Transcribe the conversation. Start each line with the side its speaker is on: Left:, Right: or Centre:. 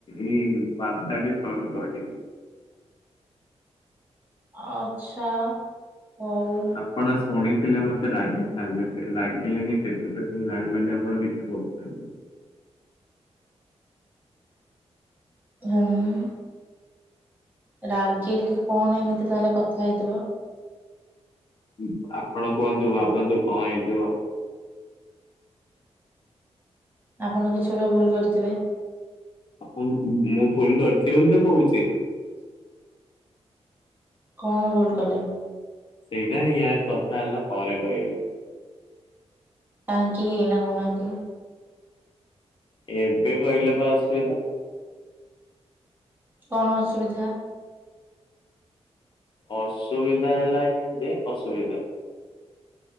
Left: ଏଇ ବାର୍ତ୍ତାଟି ସରୁ କହିବି।
Right: ଆଚ୍ଛା। ହଉ
Left: ଆପଣ ଶୁଣି ଥିଲେ <unintelligible> ରାଗିଥାନ୍ତେ। <unintelligible> ରାଗିଲେନି ସେଥିପାଇଁ ମୁଁ ଜାଣିପାରିଲି ଆପଣ କିଛି କରୁଛନ୍ତି।
Right: ହାଁ। ରାଗିଲି କଣ ଏମିତି ତାହେଲେ କଥା ହେଇଥିବ?
Left: ଉଁ ଆପଣ କୁହନ୍ତୁ ଭାବନ୍ତୁ କଣ ହେଇଥିବ?
Right: ଆପଣ କିଛି ଗୋଟେ ଭୁଲ କରିଥିବେ।
Left: ଆପନ ମୁଁ ଭୁଲ କରିଚି ବୋଲି ତ କହୁଚି।
Right: କଣ ଭୁଲ୍ କଲେ?
Left: ସେଇଟା ଇୟା କଥା ହେଲା ପରେ କହିବି।
Right: କାହିଁକି ଏଇନା କହୁ ନାହାଁନ୍ତି।
Left: ଏବେ କହିଲେ ପା ଅସୁବିଧା।
Right: କଣ ଅସୁବିଧା?
Left: ଅସୁବିଧା ହେଲା ଏୟା ଯେ ଅସୁବିଧା।